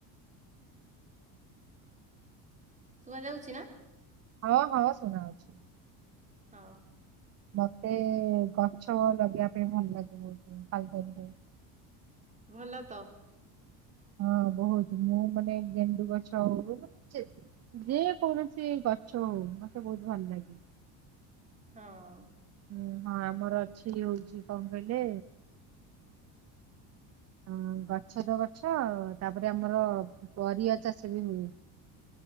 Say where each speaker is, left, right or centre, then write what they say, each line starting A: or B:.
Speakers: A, on the right; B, on the right.
A: ଶୁଭା ଯାଉଛି ନା
B: ହଁ ହଁ ଶୁଣା ଯାଉଛି।
A: ଅ
B: ମତେ ଗଛ ଲଗେଇବା ପାଇଁ ଭଲ ଲାଗେ ବହୁତ ଖାଲି ଟାଇମ୍ ରେ।
A: ଭଲ ତ
B: ହ ବହୁତ ମୁଁ ମାନେ ଗେଣ୍ଡୁ ଗଛ ହଉ ମାନେ ଯେ କୌଣସି ଗଛ ହଉ। ମତେ ବହୁତ ଭଲ ଲାଗେ।
A: ହଁ
B: ହୁଁ ହଁ ଆମର ଅଛି ଇଏ ହେଉଛି। କଣ କହିଲେ ହଁ ଗଛ ତ ଗଛ ତାପରେ ଆମର ପରିବା ଚାଷ ବି ହୁଏ।